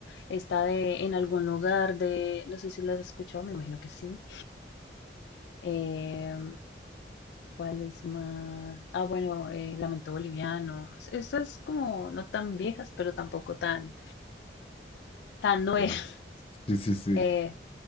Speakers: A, on the left; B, on the left.
A: Está de en algún lugar de, no sé si la has escuchado, me imagino que sí. Eh, ¿cuál es más? Ah, bueno, eh, Lamento Boliviano. Es- Estas como no tan viejas, pero tampoco tan, tan nuevas.
B: Ya.
A: <laughs>
B: Sí, sí, sí.
A: Eh,